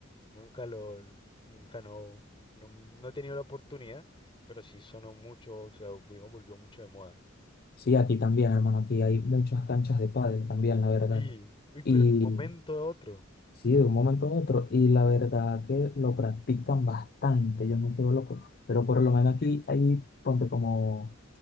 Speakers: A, on the left; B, on the left.
A: nunca lo, mm, o sea, no, no, no he tenido la oportunidad, pero sí sonó mucho, o sea, volvió volvió mucho de moda.
B: Sí, aquí también, hermano. Aquí hay muchas canchas de pádel también, la verdad.
A: Y, uy, pero
B: Y
A: en un momento a otro.
B: sí, de un momento a otro. Y la verdad que lo practican bastante. Yo me quedo loco. Pero por lo menos aquí hay, ponte como,